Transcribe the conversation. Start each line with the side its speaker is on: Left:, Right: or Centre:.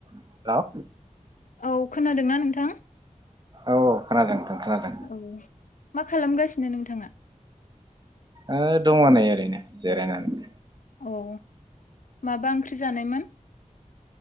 Right: Hello
Left: औ खोनादोंना नोंथां?
Right: औ खोनादों नोंथां खोनादों
Left: औ मा खालामगासिनो नोंथाङा?
Right: ओ दङ नै ओरैनो जिरायनानै।
Left: औ माबा ओंख्रि जानायमोन?